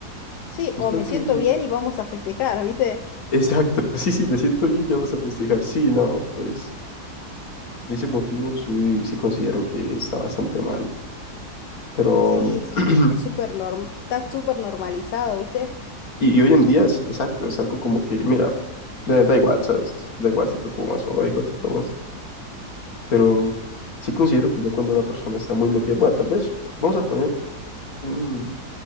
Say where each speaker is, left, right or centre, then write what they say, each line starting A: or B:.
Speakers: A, on the left; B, on the left.
A: Sí,
B: Siento
A: o me siento
B: que...
A: bien y vamos a festejar, ¿viste?
B: Exacto, <laughs> sí, sí, me siento bien, ya vamos a festejar. Sí, no, pues Y ese motivo sí, sí considero que está bastante mal. Pero,
A: Sí, sí,
B: <clears throat>
A: es súper norm, está súper normalizado, ¿viste?
B: y, y hoy en día es exacto, es algo como que, mira, da da igual, ¿sabes? Da igual si tú fumas o da igual si tomas. Pero sí considero que ya cuando una persona está muy metida, bueno, tal vez, vamos a poner un,